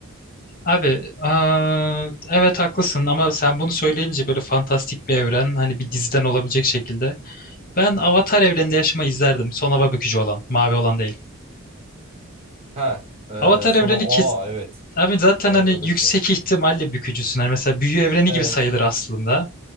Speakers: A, on the left (about 40°); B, on the right (about 25°).
A: Abi, aa, evet haklısın ama sen bunu söyleyince böyle fantastik bir evren, hani bir diziden olabilecek şekilde. Ben Avatar evreninde yaşamayı izlerdim. Son hava bükücü olan, mavi olan değil.
B: Ha, e,
A: Avatar
B: sonra
A: evreni
B: o
A: kes...
B: evet.
A: Abi zaten
B: Evet
A: hani
B: o da güzel.
A: yüksek ihtimalle bükücüsün. Hani mesela büyü evreni
B: Evet.
A: gibi sayılır aslında.